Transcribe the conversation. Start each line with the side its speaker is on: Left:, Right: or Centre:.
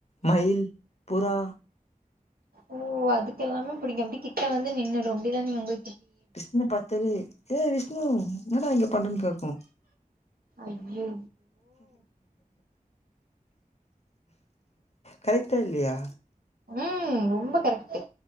Left: மயில் புறா
Right: ஓ அதுக்கெல்லாமே புடிக்கு அப்டி கிட்ட வந்து நின்னுடு அப்டிதா நீங்க உங்க
Left: விஷ்ணு பாத்தாலே ஏய் விஷ்ணு என்னடா இங்க பண்றேனு கேக்கு
Right: ஐயையோ
Left: கரக்டா இல்லையா
Right: ம் ரொம்ப கரெக்டு